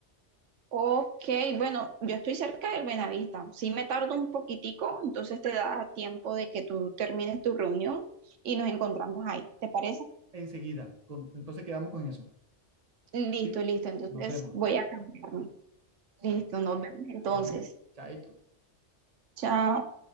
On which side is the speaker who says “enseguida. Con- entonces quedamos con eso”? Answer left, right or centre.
Right